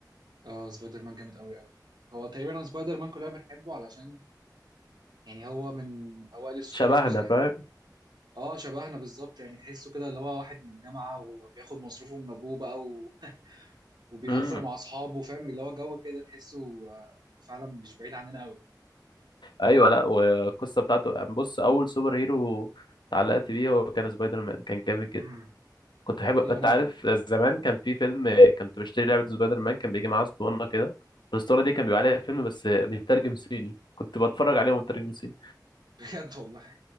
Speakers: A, on the right; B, on the left.
A: اه سبايدر مان جامد قوي قوي هو تقريبا أنا سبايدر مان كلنا بنحبه علشان يعني هو من اوائل السوبر
B: شبهنا
A: هيروز اللي
B: فاهم
A: احنا اه شبهنا بالظبط يعني تحسه كده اللي هو واحد من جامعة وبياخد مصروفه من ابوه بقى و... <laughs> وبيهزر
B: امم
A: مع اصحابه فاهم اللي هو جو كده تحسه آه، فعلا مش بعيد عننا قوي
B: ايوه لا والقصه بتاعته بص اول سوبر هيرو اتعلقت بيه هو كان سبايدر مان كان جامد جدا
A: امم
B: كنت بحب
A: دي
B: انت
A: وانا
B: عارف زمان كان في فيلم كنت بشتري لعبه سبايدر مان كان بيجي معاه اسطوانه كده الاسطوانه دي كان بيبقى عليها فيلم بس بيترجم صيني كنت بتفرج عليه ومترجم صيني
A: <laughs> بجد والله